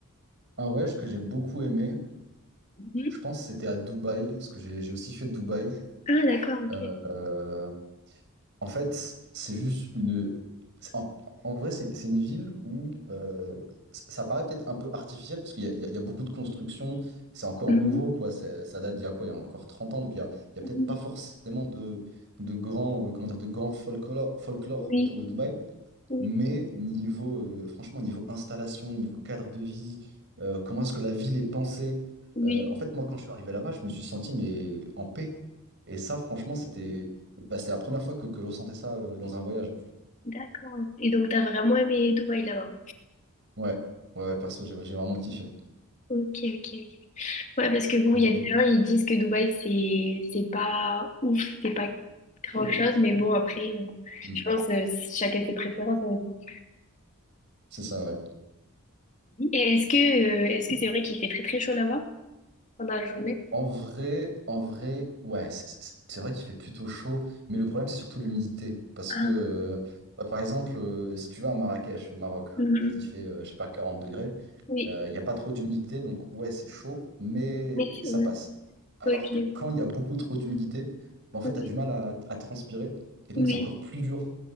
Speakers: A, on the right; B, on the left.
A: Un voyage que j'ai beaucoup aimé,
B: Mhm.
A: je pense que c'était à Dubaï, parce que j'ai j'ai aussi fait Dubaï.
B: Ah, d'accord, ok.
A: Euh, euh, en fait, c'est juste une... c'est- En, en vrai, c'est c'est une ville où euh, c- ça paraît peut-être un peu artificiel, parce qu'il y, a il y a- il y a beaucoup de constructions, c'est encore
B: Mhm.
A: nouveau, quoi. c'est- Ça date d'il y a quoi? Il y a encore 30 ans, donc il y a, il y a
B: Oui,
A: peut-être pas forcément de, de grands, euh, comment dire, de grands folklore, folklore
B: oui,
A: autour de Dubaï.
B: oui,
A: Mais niveau, euh, franchement, niveau installation, niveau cadre de vie, euh, comment est-ce que la ville est pensée?
B: oui,
A: euh, en fait, moi, quand je suis arrivé là-bas, je me suis senti mais en paix. Et ça, franchement, c'était bah, c'était la première fois que, que je ressentais ça euh, dans un voyage.
B: d'accord. Et donc, t'as vraiment aimé Dubaï là-bas?
A: Ouais, ouais, ouais, perso, j'ai j'ai vraiment kiffé.
B: Ok, ok, ok. Ouais, parce que bon,
A: Et
B: il
A: toi,
B: y a
A: du
B: des
A: coup?
B: gens, ils disent que Dubaï, c'est c'est pas ouf, c'est pas grand-chose, mais bon, après, on-
A: Hmm.
B: je pense euh, chacun ses préférences. on
A: C'est ça, ouais.
B: Et est-ce que euh, est-ce que c'est vrai qu'il fait très très chaud là-bas pendant la journée?
A: En vrai, en vrai, ouais, c'est c'est- c'est vrai qu'il fait plutôt chaud, mais le problème, c'est surtout l'humidité. Parce
B: Ah,
A: que, euh, bah, par exemple, euh, si tu vas à Marrakech, au Maroc,
B: mhm.
A: et qu'il fait, euh, je sais pas, 40 degrés,
B: Oui,
A: Il n'y a pas trop d'humidité, donc ouais, c'est chaud, mais
B: mais c'est
A: ça
B: vrai.
A: passe. Alors
B: Ok,
A: que quand il y a beaucoup trop d'humidité, bah, en fait,
B: oui,
A: tu as du mal à, à transpirer, et donc
B: oui,
A: c'est encore plus dur